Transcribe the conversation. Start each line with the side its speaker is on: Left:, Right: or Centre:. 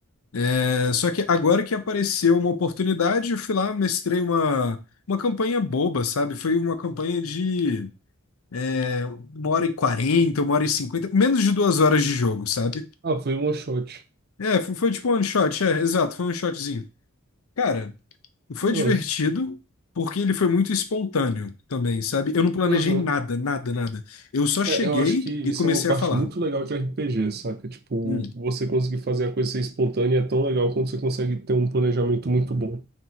Left: É, só que agora que apareceu uma oportunidade, eu fui lá, mestrei uma, uma campanha boba, sabe? Foi uma campanha de é, uma hora e quarenta, uma hora e cinquenta, menos de duas horas de jogo, sabe?
Right: Ah, foi um one shot.
Left: É, foi, foi tipo um one shot, é, exato, foi um shotzinho. Cara, Foi
Right: Ah,
Left: divertido, porque ele foi muito espontâneo também, sabe? Eu não planejei
Right: Aham.
Left: nada, nada, nada. Eu só cheguei
Right: É, eu acho que isso
Left: e comecei
Right: é uma parte
Left: a falar.
Right: muito legal de RPG, saca? Tipo,
Left: Hum,
Right: você conseguir fazer a coisa ser espontânea é tão legal quanto você consegue ter um planejamento muito bom.